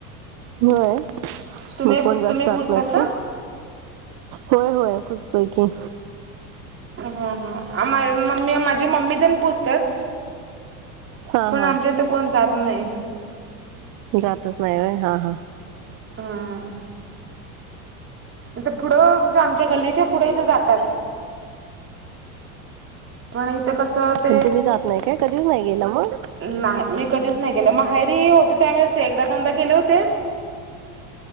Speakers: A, on the right; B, on the right.
A: होय तू
B: तुम्ही
A: पण जास्त
B: तुम्ही
A: जात
B: पुसतास
A: नाही काय? होय होय पुूजतोय की.
B: हा हा आमाय मम्मीय माझी मम्मी तेन पुजत्यात.
A: हा
B: पण
A: हा
B: आमच्या इथं कोण जात नाही.
A: जातच नाय होय हा हा.
B: हुं आता पुढं म्हणजे आमच्या गल्लीच्या पुढे इथ जातात. पण इथं कसं ते
A: पण तुम्ही जात नाही काय कधीच नाही गेला मग
B: नाहाय मी कधीच नाही गेले माहेरी होते त्यावेेळेस एकदा दोनदा गेले होते